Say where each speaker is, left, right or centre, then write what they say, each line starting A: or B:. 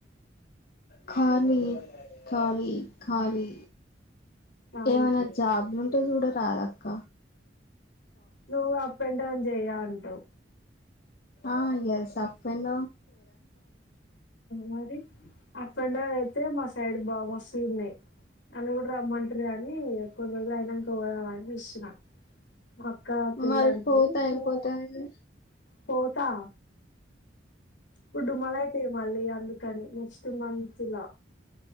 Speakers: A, on the left; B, on the left.
A: ఖాళీ ఖాలీ ఖాళీ
B: ఖాళీ
A: ఏమన జాబ్ ల్ టే చూడరాదఅక్క
B: నువ్ అప్ అండ్ డౌన్ చేయ ఉంట
A: ఆ ఎస్ అప్పెన్
B: మరి అప్ అండ్ డౌన్ అయితే మా సైడ్ బా మస్తు ఉన్నాయి నన్ను కూడా రమ్మంటురు కాని కొన్ని రోజులు అయినంక పోదామని చూస్తున్న కగా పెళ్లంటరు
A: మరి పోతే అయిపోతది
B: సో ఫోర్ తా ఫుడ్డు మళ అయితే మళ్ళీ అందుకని నెస్ట్ తు మనించాలా